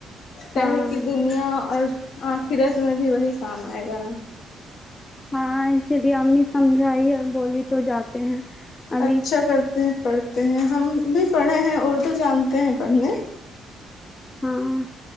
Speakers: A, on the left; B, on the left.
A: کیا
B: ہاں
A: ہے کی دنیا اور آخرت میں بھی وہی کام آئے گا نا
B: ہاں اسی لیے امی سمجھائی اور بولی تو جاتے ہیں ابھی
A: اچھا کرتے ہیں پڑھتے ہیں ہم بھی پڑھے ہیں اردو جانتے ہیں پڑھنے
B: ہاں